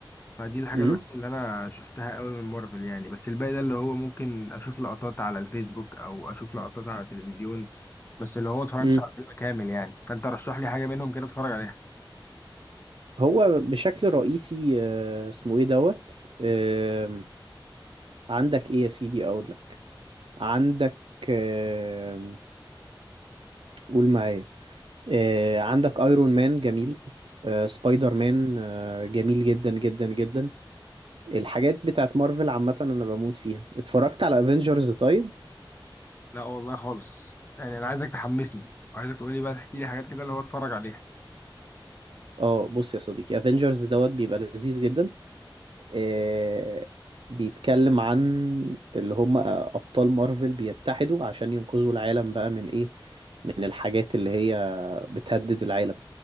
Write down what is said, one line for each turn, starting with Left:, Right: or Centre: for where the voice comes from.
Left: فدي الحاجه
Right: امم
Left: الوحيده اللي انا شفتها قوي من مارفل يعني بس الباقي ده اللي هو ممكن اشوف لقطات على الفيسبوك او اشوف لقطات على التلفزيون بس اللي هو ما اتفرجتش
Right: امم
Left: على فيلم كامل يعني فانت رشح لي حاجه منهم كده اتفرج عليها
Right: هو بشكل رئيسي آه، اسمه ايه دوت آم، عندك ايه يا سيدي اقول لك عندك آم، قول معايا آه، عندك ايرون مان جميل آه، سبايدر مان آه، جميل جدا جدا جدا الحاجات بتاعت مارفل عامة انا بموت فيها اتفرجت على افنجرز طيب
Left: لا والله خالص يعني انا عايزك تحمسني وعايزك تقول لي بقى تحكي لي حاجات كده اللي هو اتفرج عليها
Right: اه بص يا صديقي افنجرز دوت بيبقى لذيذ جدا آه، بيتكلم عن اللي هم ابطال مارفل بيتحدوا عشان ينقذوا العالم بقى من ايه من الحاجات اللي هي بتهدد العالم